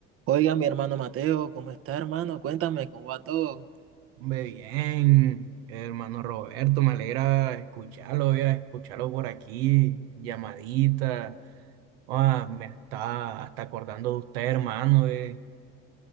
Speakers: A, on the right (about 50°); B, on the right (about 85°).
A: Oiga, mi hermano Mateo, ¿cómo está, hermano? Cuéntame, ¿cómo va todo?
B: Hombre, bien, hermano Roberto, me alegra escucharlo, ya, escucharlo por aquí, llamadita. Ah, me está hasta acordando de usted, hermano. eh.